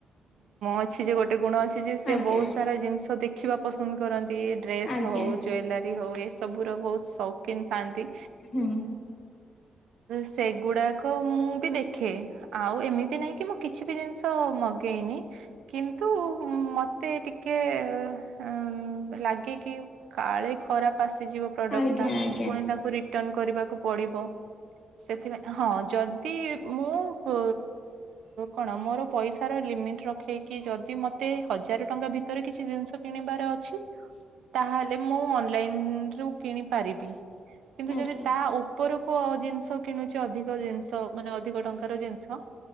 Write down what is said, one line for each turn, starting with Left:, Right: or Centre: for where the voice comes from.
Right: ଅଛି ଯେ ଗୋଟେ ଗୁଣ ଅଛି ଯେ, ସେ
Left: ଆଜ୍ଞା
Right: ବହୁତ ସାରା ଜିନିଷ ଦେ ଦେଖିବା ପସନ୍ଦ କରନ୍ତି। ଡ୍ରେସ୍
Left: ଆଜ୍ଞା
Right: ହଉ, ଜୁଏଲାରୀ ହଉ ଏସବୁର ବହୁତ ଶୌକିନ ଥାଆନ୍ତି।
Left: ହୁଁ।
Right: ସେଗୁଡାକ ମୁଁ ବି ଦେଖେ, ଆଉ ଏମିତି ନାଇଁ କି ମ କିଛି ବି ଜିନିଷ ମଗେଇନି, କିନ୍ତୁ ମତେ ଟି କେ ଉଁ ଲାଗେ କି କାଳେ ଖରାପ ଆସିଯିବ ପ୍ରଡକ୍ଟଟା,
Left: ଆଜ୍ଞା ଆଜ୍ଞା
Right: ପୁଣି ତାକୁ ରିଟର୍ଣ କରିବାକୁ ପଡିବ। ସେଥିପାଇଁ ହଁ ଯଦି ମୁଁ ପ କଣ ମୋର ପଇସାର ଲିମିଟ୍ ରଖେଇକି, ଯଦି ମତେ ହଜାର ଟଙ୍କା ଭିତରେ କିଛି ଜିନିଷ କିଣିବାର ଅଛି, ତାହେଲେ ମୁଁ ଅନଲାଇନରୁ କିଣି ପାରିବି। କିନ୍ତୁ
Left: ଆଜ୍ଞା
Right: ଯଦି ତା ଉ ଉପରକୁ ଜିନିଷ କିଣୁଛି ଅଧିକ ଜିନିଷ, ମାନେ ଅଧିକ ଟଙ୍କାର ଜିନିଷ।